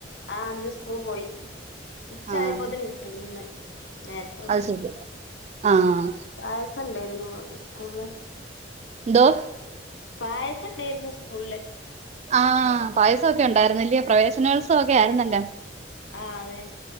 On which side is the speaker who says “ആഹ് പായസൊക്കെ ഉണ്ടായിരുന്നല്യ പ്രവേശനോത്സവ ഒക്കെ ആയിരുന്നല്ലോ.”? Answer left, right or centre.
Right